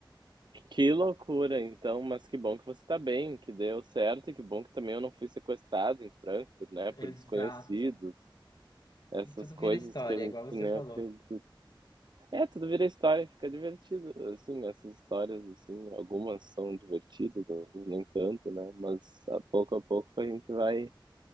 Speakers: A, on the right; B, on the left.
A: Que loucura, então, mas que bom que você está bem, que deu certo e que bom que também eu não fui sequestrado em Frankfurt, né,
B: <laughs> Exato.
A: por desconhecidos. Essas
B: E tudo
A: coisas
B: vira história,
A: que a gente
B: igual você
A: nem
B: falou.
A: acredita. É, tudo vira história, fica divertido, assim, essas histórias, assim, algumas são divertidas, outras nem tanto, né, mas a pouco a pouco a gente vai